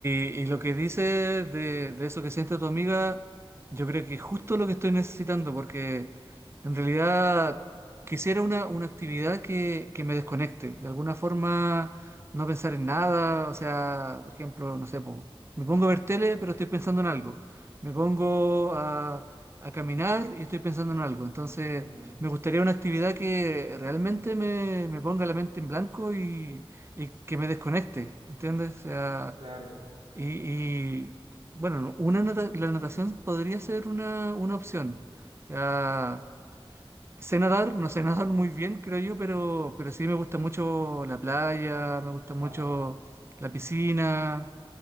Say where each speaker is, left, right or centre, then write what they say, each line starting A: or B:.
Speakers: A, on the right (about 25°); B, on the right (about 80°).
A: y lo que dices de, de eso que siente tu amiga, yo creo que es justo lo que estoy necesitando, porque en realidad quisiera una, una actividad que, que me desconecte. De alguna forma, no pensar en nada. O sea, por ejemplo, no sé, po, me pongo a ver tele, pero estoy pensando en algo. Me pongo a, a caminar y estoy pensando en algo. Entonces,
B: Ujú.
A: me gustaría una actividad que realmente me, me ponga la mente en blanco y y que me desconecte, ¿entiendes? O sea,
B: Claro.
A: y, y, bueno, no, una nata- la natación podría ser una, una opción. O sea, sé nadar, no sé <laughs> nadar muy bien, creo yo, pero, pero sí me gusta mucho la playa, me gusta mucho
B: Ajá.
A: la piscina,